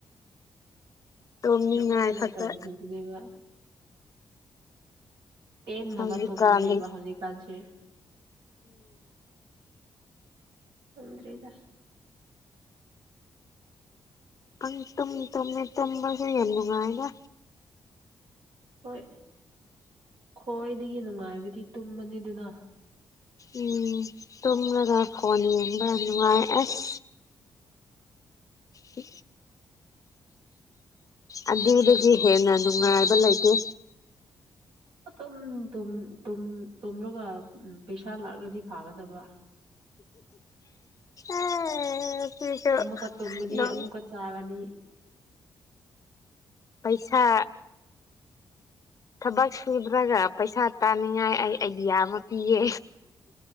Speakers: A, on the left; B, on the right.
A: ꯇꯨꯝꯅꯤꯡꯉꯥꯏ
B: ꯅꯨꯡꯉꯥꯏꯅ
A: ꯈꯛꯇ
B: ꯇꯧꯈꯤꯕꯈꯤꯕꯅꯦꯕ ꯄꯦꯟꯅꯕ
A: ꯍꯧꯖꯤ
B: ꯇꯨꯝꯕꯅꯦꯕ
A: ꯀꯥꯟ ꯎꯝ
B: ꯍꯧꯖꯤꯛꯀꯥꯟꯁꯦ ꯊꯗꯔꯤꯗ
A: ꯑꯪ ꯇꯨꯝ ꯇꯨꯝꯃꯦ ꯇꯝꯕꯁꯨꯦ ꯌꯥꯝ ꯅꯨꯡꯉꯥꯏꯗ
B: ꯍꯣꯏ ꯈꯣꯏꯗꯒꯤ ꯅꯨꯡꯉꯥꯏꯕꯗꯤ ꯇꯨꯝꯕꯅꯤꯗꯅ
A: ꯎꯝ ꯇꯨꯝꯂꯒ ꯐꯣꯟ ꯌꯦꯡꯕ ꯅꯨꯡꯉꯥꯏ ꯑꯁ ꯍ ꯑꯗꯨꯗꯒꯤ ꯍꯦꯟꯅ ꯅꯨꯡꯉꯥꯏꯕ ꯂꯩꯇꯦ
B: ꯑꯗꯨꯨꯝ ꯇꯨꯝꯂꯒ ꯄꯩꯁꯥ ꯂꯥꯛꯂꯗꯤ ꯐꯥꯒꯗꯕ
A: ꯑꯦ ꯁꯤꯁꯨ
B: ꯑꯃꯨꯛꯀ ꯇꯨꯝꯒꯅꯤ
A: ꯑꯗꯨꯝ
B: ꯑꯃꯨꯛꯀ ꯆꯥꯒꯅꯤ
A: ꯄꯩꯁꯥ ꯊꯕꯛ ꯁꯨꯗ꯭ꯔꯒ ꯄꯩꯁꯥ ꯇꯥꯅꯤꯡꯉꯥꯏ ꯑꯩ ꯑꯥꯏꯗꯤꯌꯥ ꯑꯃ ꯄꯤꯌꯦ